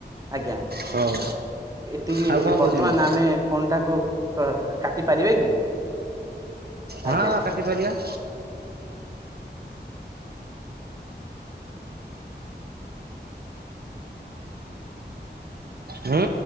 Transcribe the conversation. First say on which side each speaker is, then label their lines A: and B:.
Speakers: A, on the right (about 20°); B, on the right (about 60°).
A: ଆଜ୍ଞା
B: ହଉ
A: ଏତିକି
B: ଆଉ କଣ କହୁଛନ୍ତି
A: ବର୍ତ୍ତମାନ ଆମେ ଫୋନ୍ ଟାକୁ ବ କାଟି ପାରିବେ କି?
B: ହଁ
A: ଆଜ୍ଞା।
B: କାଟି ପାରିବା। ହୁଁ।